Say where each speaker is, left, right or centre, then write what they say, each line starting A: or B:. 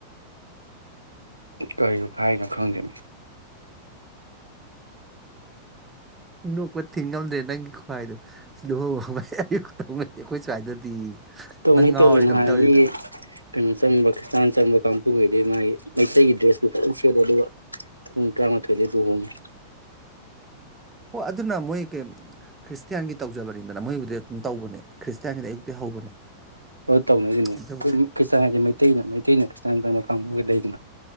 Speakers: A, on the right (about 80°); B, on the right (about 15°).
A: ꯀꯔꯤ ꯍꯥꯏꯅꯣ ꯈꯪꯗꯕꯅꯤ
B: ꯅꯣꯛꯄ ꯊꯤꯡꯉꯝꯗ꯭ꯔꯦ ꯅꯪꯒꯤ ꯈ꯭ꯋꯥꯏꯗꯣ ꯂꯨꯍꯣꯡ ꯑꯌꯨꯛꯧꯅꯁ ꯑꯩꯈꯣꯏ ꯁ꯭ꯋꯥꯏꯗꯗꯤ
A: ꯇꯧꯅꯤꯩ
B: ꯅꯪ ꯉꯥꯎꯔꯦ
A: ꯇꯧꯋꯦꯅ
B: ꯀꯩꯅꯣ
A: ꯍꯥꯏ
B: ꯇꯧꯔꯦꯗ
A: ꯃꯤꯒꯤ ꯀꯩꯅꯣ ꯆꯪꯕ ꯈ꯭ꯔꯤꯁꯇꯥꯟ ꯆꯪꯕ ꯀꯥꯡꯕꯨꯈꯩꯗꯤꯩ ꯃꯥꯒꯤ ꯃꯩꯇꯩꯒꯤ ꯗ꯭ꯔꯦꯁꯄꯨ ꯐꯖꯅ ꯁꯦꯠꯂꯦ ꯑꯗꯨꯒ ꯄꯨꯡ ꯇꯔꯥꯃꯥꯊꯣꯏꯗ ꯂꯨꯍꯣꯡꯉꯦ
B: ꯍꯣ ꯑꯗꯨꯅ ꯃꯣꯏ ꯀꯩ ꯈ꯭ꯔꯤꯁꯇꯤꯌꯥꯟꯒꯤ ꯇꯧꯖꯕꯅꯤꯗꯅ ꯃꯣꯏꯕꯨꯗꯤ ꯑꯗꯨꯝ ꯇꯧꯕꯅꯦ ꯈ꯭ꯔꯤꯁꯇꯤꯌꯥꯟꯒꯤꯗꯤ ꯑꯌꯨꯛꯇꯩ ꯍꯧꯕꯅꯦ
A: ꯇꯧꯅꯗꯨꯅꯦ ꯑꯩꯈꯣꯏ
B: ꯑꯗꯨꯕꯨꯗꯤ
A: ꯈ꯭ꯔꯤꯁꯇꯥꯟ ꯍꯥꯏꯁꯦ ꯃꯩꯇꯩꯅ ꯃꯩꯇꯩꯅ ꯈ꯭ꯔꯤꯁꯇꯥꯟ ꯇꯝ ꯐꯥꯡꯕꯨꯒ ꯂꯩꯗꯅ